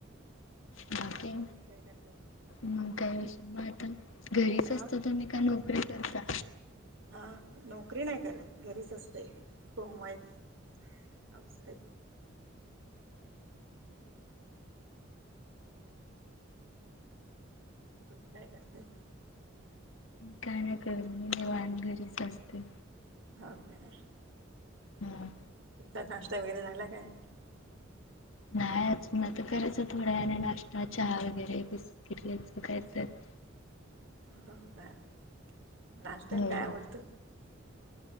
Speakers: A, on the left; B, on the right.
A: बाकी
B: तुम्ही काय करताय?
A: मग काय विषय, म आता घरीच
B: अ
A: असता तुम्ही का नोकरी करता?
B: हा नोकरी नाही करत, घरीच असते होमवाईफ. हाऊसवाईफ. हम् तुम्ही काय करताय?
A: काय नाही करत मी निवांत घरीच असते.
B: हो काय
A: हम्
B: तुमचा नाश्ता वगैरे झाला काय?
A: नाय अजून आता करायच थोडा वेलाने नाश्ता, चहा वगैरे बिस्किट खायचं कायतर <inaudible>
B: हो का नाष्ट्याला
A: हो
B: काय आवडत?